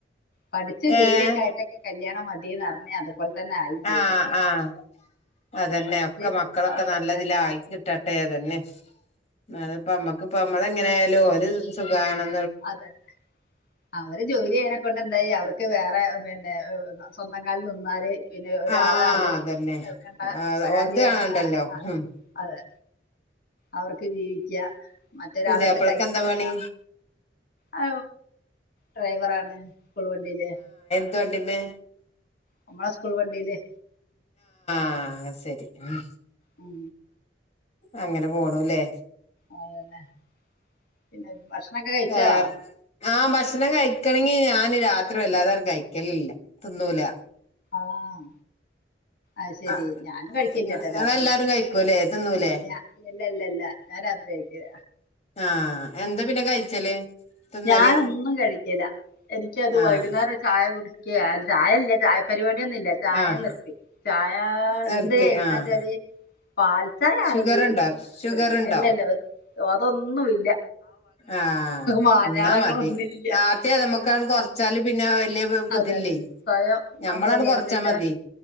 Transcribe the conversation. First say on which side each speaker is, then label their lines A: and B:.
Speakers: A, on the left; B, on the left.
A: പഠിച്ച് ജോലിയൊക്കെ
B: ഏഹ്
A: ആയിട്ടൊക്കെ കല്യാണം മതീന്ന്റഞ്ഞ് അതുപോലെ തന്നെ ആയിയും ചെയ്ത്.
B: ആഹ് ആഹ് അതന്നെ
A: പഠിച്ച്
B: ഒക്കെ മക്കളൊക്കെ
A: അവ സ്വന്തം
B: നല്ലതിലായി കിട്ടട്ടെ അതന്നെ ന്നാലുംപ്പോന്നമക്ക് ഇപ്പ നമ്മള്എങ്ങനൊയാലും ഓല് സുഖാണം.
A: അതന്നെ അവര് ജോലി ചെയന ലിയാണ്ട്ന്തായി അവർക്ക് വേറെ പിന്നെ സ്വന്തംകാലം നിന്നാല് പിന്നെ ഒരാള്
B: ആഹ്
A: അല്ലലും
B: അതന്നെ
A: കേൾക്കേണ്ട
B: ആഹ്
A: പരാതി
B: ഓൽത് കാണണ്ടല്ലോ
A: വേണ്ട ആ
B: ഉം
A: അതെ, അവർക്ക് ജീവിക്ക മറ്റൊരാളടുത്ത്
B: പുതിയാപ്പളക്കെന്താ
A: കൈനീട്ടണ്ട.
B: പണി
A: ആ ഡ്രൈവറാണ് സ്കൂൾവണ്ടിയിലെ
B: തുവണ്ടിമ്മേ
A: നമ്മടെ സ്കൂൾ വണ്ടില്.
B: ആഹ സെരി അ
A: അം..
B: അങ്ങനെ പോണു ല്ലേ
A: അതന്നെ, പിന്നെ ഭക്ഷണക്കെ കഴിച്ചാ?
B: വേറെ ആ ഭക്ഷണം കഴിക്കണങ്കി ഞാന് രാത്രി വല്ലാതൻട് കഴിക്കലില്ല, തിന്നൂല.
A: ആഹ് ആഹ്ശെരി
B: ആ
A: ഞാനും കഴിക്കില്ലട്ടോ
B: ഇങ്ങളെല്ലാരും
A: രാത്രി
B: കഴിക്കൂലേ തിന്നൂലേ
A: ല്ലല്ലല്ല. ല്ല ഞാൻ രാത്രി കഴിക്കൂല.
B: ആഹ്, എന്താ പിന്നെ കഴിച്ചല് തിന്നല്
A: ഞാന് ഒന്നും കഴിക്കല, എനിക്യത്
B: ആഹ്
A: വൈകുന്നേരരുചായ കുടിച്ച് ക്ക ചായല്ല ചായപരിപാടി ന്നില്ല ചായ
B: ആഹ്
A: നിർത്തി. ചായാ
B: നിർത്തി
A: ണ്ട് എങ്ങനെച്ചാല്.
B: ആഹ്
A: പാൽച്ചായ
B: ഷുഗറുണ്ടോ
A: ആണെങ്കില്
B: ഷുഗറുണ്ടോ
A: പിടിക്കും. എല്ലല്ല അതൊന്നുല്ല.
B: ആഹ ൻ
A: മാഞ്ഞാളങ്ങളൊന്നുമില്ല
B: ന്നാ മതി. ന്നാദ്യംനമുക്കണ്ട് കൊർച്ചാല് പിന്നെ വല്യതില്ലേ
A: അതന്നെ സ്വയം
B: നമ്മള
A: നമ്മളെ
B: ന്നു
A: നിയന്ത്രിച്ച
B: കൊർച്ചാ മതി.